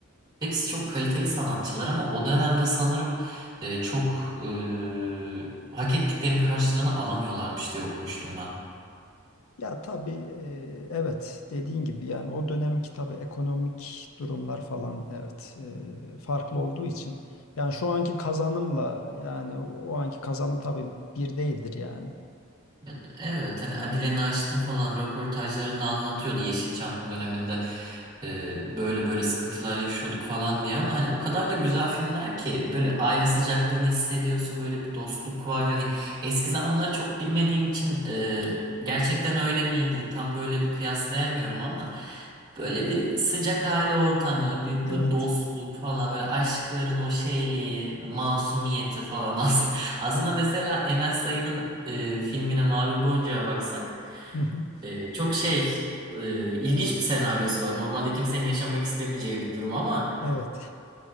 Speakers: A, on the right; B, on the left.
A: Hepsi çok kaliteli sanatçılar ama o dönemde sanırım e, çok e, hak ettiklerinin karşılığını alamıyorlarmış diye okumuştum ben.
B: Ya tabii e, evet dediğin gibi yani o dönemki tabii ekonomik durumlar falan evet e, farklı olduğu için yani şu anki kazanımla yani o anki kazanım tabii bir değildir yani.
A: Ya, da- evet hani Adile Naşit'in falan röportajlarında anlatıyordu Yeşilçam döneminde e, böyle böyle sıkıntılar yaşıyorduk falan diye ama hani o kadar da güzel filmler ki böyle aile sıcaklığını hissediyorsun böyle bir dostluk var hani eski zamanları çok bilmediğim için e, gerçekten öyle miydi tam böyle bir kıyaslayamıyorum ama böyle bir sıcak aile ortamı bir,
B: Evet.
A: bir dostluk falan böyle aşkların o şeyliği masumiyeti falan <laughs> Aslında mesela Emel Sayın'ın e, filmine Mavi Boncuk'a baksak
B: Hı hı.
A: e, çok şey e, ilginç bir senaryosu var. Normalde kimsenin yaşamak istemeyeceği bir durum ama
B: Evet.